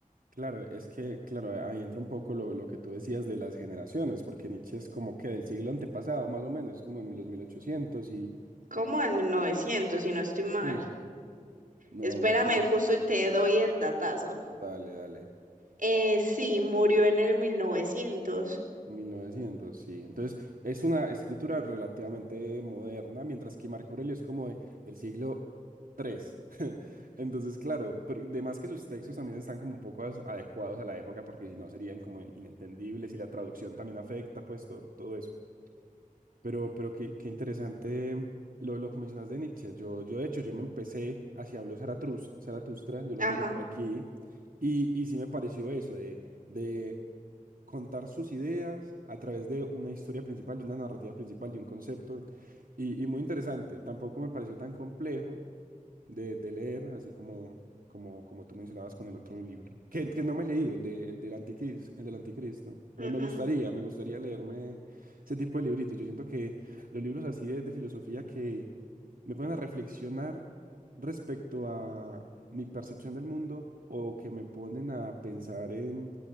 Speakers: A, on the right; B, on the right.
A: Claro, es que, claro, ahí entra un poco lo, lo que tú decías de las generaciones, porque Nietzsche es como que del siglo antepasado, más o menos, como en los 1800 y...
B: ¿Cómo? En 1900, si no estoy mal.
A: Sí, no,
B: Espérame,
A: no sé.
B: justo te doy el datazo.
A: Dale, dale.
B: Eh, sí, murió en el 1900.
A: 1900, sí. Entonces, es una escritura relativamente moderna, mientras que Marco Aurelio es como de- del siglo tres <laughs> Entonces, claro, pero además que sus textos también están como un poco as- adecuados a la época, porque si no serían como in- inentendibles y la traducción también afecta, pues to- todo eso. Pero, pero qué, qué interesante lo, lo que mencionas de Nietzsche. Yo, yo, de hecho, yo me empecé, así habló Zaratrus- Zaratustra, yo lo
B: Ajá.
A: tengo por aquí, y, y sí me pareció eso de de contar sus ideas a través de una historia principal, de una narrativa principal, de un concepto. Y, y muy interesante. Tampoco me pareció tan complejo de, de leer, así como, como, como tú mencionabas con el otro libro. Que, que no me he leído, el, de, el del Anticristo, el del Anticristo.
B: ujú.
A: Me, me gustaría, me gustaría leerme ese tipo de libritos. Yo siento que los libros así de, de filosofía que me pueden a reflexionar respecto a mi percepción del mundo o que me ponen a pensar en,